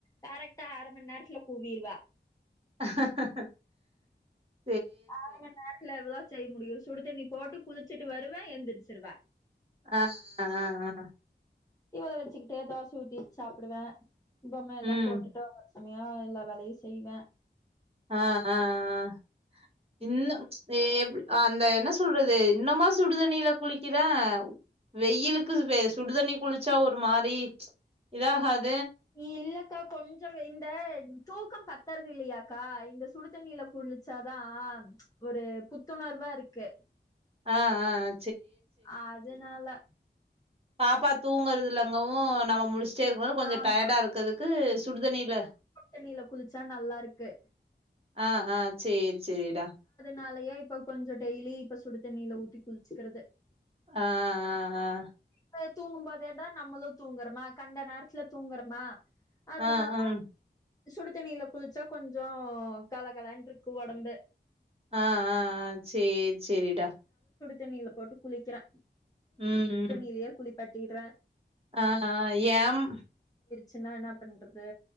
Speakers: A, on the left; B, on the right.
A: கரெக்ட்டா அர மண் நேரத்துல கூவிடுவா
B: அஹ ஹ
A: <unintelligible>
B: ஹ
A: எவ்ளோ செய்ய முடியு சுடு தண்ணி போட்டு குளிச்சுட்டு வருவ எந்திரிச்சுருவ
B: ஆஹ் ஆ ஆ
A: இவ்வள வச்சுக்கிட்டே தோச ஊத்தி சாப்டுவ <unintelligible> மேல
B: ம்
A: போட்டுட்டுதா வரே செமையா எல்லா வேலையு செய்வே
B: ஆஹ் ஆஹ் இன்ன எ அந்த என்ன சொல்றது இன்னுமா சுடுதண்ணில குளிக்கிற வெயிலுக்கு சுடுதண்ணி குளிச்சா ஒரு மாரி இதாகது
A: இல்ல அக்கா கொஞ்சம் இந்த தூக்கம் பத்துறதில்லையாக்கா இந்த சுடுதண்ணியில குளிச்சாதா ஒரு புத்துணர்வாருக்கு
B: ஆஹ் ஆஹ்
A: ஆதனால
B: பாப்பத் தூங்கற்துல அங்கவு நம்ம முலுஸ்டே <unintelligible> கொஞ்சோ
A: ஆமா
B: டயடா இருக்கதுக்கு சுடுதண்ணில
A: தண்ணில குளிச்சா நல்லா இருக்கு
B: ஆஹ் ஆஹ் சேரி செரிடா
A: னாலயே இப்ப கொஞ்சோ டெய்லி இப்ப சுடு தண்ணில ஊத்தி குள்ச்சுக்கறது
B: ஆஹ் ஆஹ் ஆஹ்
A: <unintelligible> தூங்கும் போதே தா நம்மளு தூங்கறமா கண்ட நேரத்துல தூங்கறமா அதுனால
B: ஆ ஆ ம்
A: சுடுதண்ணில குளிச்சா கொஞ்சோ கல கலன்ருக்கு ஒடம்பு
B: ஆஹ் ஆஹ் ஆஹ் சேர் சேரிடா
A: தண்ணில போட்டு குளிக்கறே
B: உம் உம்
A: துலயே குளிப்பாட்டிட்றே
B: ஆ, ஆஹ், ஏம்
A: சின்னா என்ன பண்றது